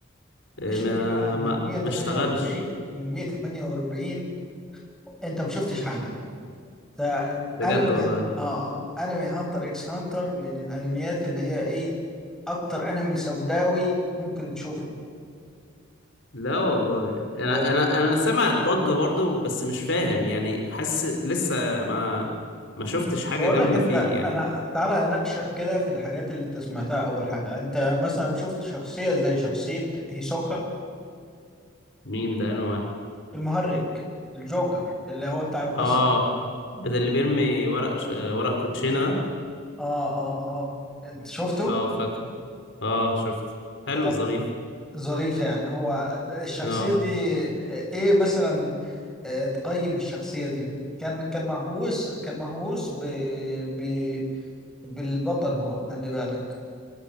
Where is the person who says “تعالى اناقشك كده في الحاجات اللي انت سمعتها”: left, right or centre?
Centre